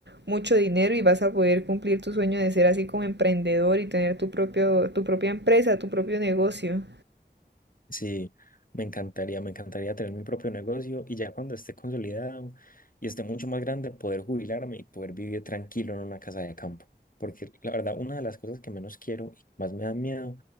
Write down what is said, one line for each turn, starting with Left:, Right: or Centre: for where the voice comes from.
Right: mucho dinero y vas a poder cumplir tu sueño de ser así como emprendedor y tener tu propio, tu propia empresa, tu propio negocio.
Left: Sí, me encantaría, me encantaría tener mi propio negocio y ya cuando esté consolidado y esté mucho más grande, poder jubilarme y poder vivir tranquilo en una casa de campo. Porque la verdad, una de las cosas que menos quiero y que más me da miedo